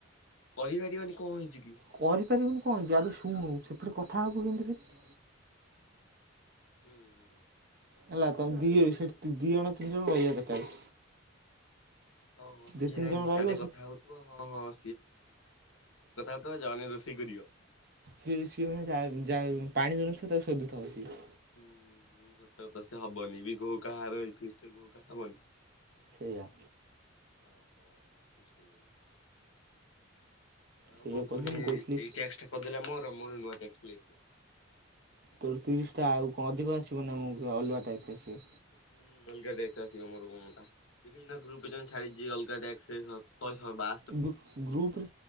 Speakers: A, on the left (about 80°); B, on the right (about 50°).
A: କରି ପାରିବାନି କଣ ହେଇଛି କି?
B: କରିପାରିବୁନି କଣ ହେଇଛି ଆଡ଼େ ଶୁଣୁ ସେପଟେ କଥା ହେବୁ କିନ୍ତି ଫେରେ?
A: ହୁଁ
B: ହେଲା ତମେ <unintelligible> ଦି ଜଣ ତିନି ଜଣ ରହିବା ଦରକାର।
A: ଓହୋଃ ସିଏ
B: ଦି ତିନି
A: ଯାଇକି
B: ଜଣ ରହିବ
A: ସିଆଡ଼େ
B: ସେ
A: କଥା ହଉ ହଁ ହଁ <unintelligible> ଜଣେ ରୋଷେଇ କରିବ।
B: ସେଏ ସିଏ ମାନେ ଯ ଯାହା ପାଣି ଦ ନଥିବ ତାକୁ ସୋଧୁଥିବ ସିଏ
A: ହୁଁ ହୁଁ ହୁଁ ସତ କଥା ସିଏ ହବନି ବି ଘୋ ଘା ରେ ହେବ ଫିଷ୍ଟ୍ ଘୋ ଘା ହବନି?
B: ସେଇଆ।
A: ହଁ ହଁ ଫିଷ୍ଟ ଆଉ
B: ସେଇଆ କହୁଥିଲି
A: ପୁଣି
B: ମୁଁ
A: ଏଇ
B: କହୁଥିଲି
A: ଟ୍ୟାକ୍ସ କରିଦେଲା ମୋର ମୋର ନୂଆ ଟ୍ୟାକ୍ସ ପଳେଇ ଆସ
B: ତୋର ତିରିଶଟା ଆଉ କଣ ଅଧିକ ଆସିବ ନା ଆମକୁ ଅଲୁଆ ଟାଇପ ଆସିବ।
A: ହୁଁ ଅଲଗା ଦେଖଥା ସିବ ମୋର ମୋଟା ଦେଖିଛ ନା ଗ୍ରୁପେ ଛାଡ଼ି ଅଲଗକାଟା ଶ ଶହ ବା
B: ଗୁପ ଗ୍ରୁପରେ।